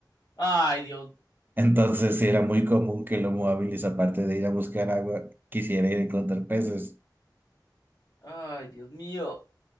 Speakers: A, on the left; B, on the right.
A: Ay, Dios.
B: Entonces, sí era muy común que el Homo habilis, aparte de ir a buscar agua, quisiera ir a encontrar peces.
A: Ay, Dios mío.